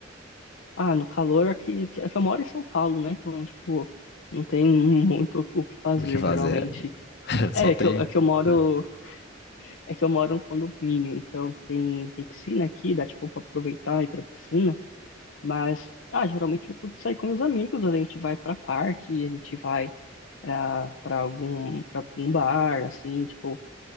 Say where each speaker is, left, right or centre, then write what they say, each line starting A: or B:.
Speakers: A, on the left; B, on the left.
A: Ah, no calor aqui, que- eu moro em São Paulo, né? Então, tipo, não tem muito o que fazer,
B: O que fazer?
A: geralmente.
B: <laughs> Só
A: É,
B: tem.
A: é que eu, é que eu moro,
B: né?
A: é que eu moro em condomínio, então tem, tem piscina aqui, dá tipo pra aproveitar e ir pra piscina, mas ah, geralmente eu curto sair com meus amigos, a gente vai pra parque, a gente vai ah, pra algum para algum bar, assim, tipo,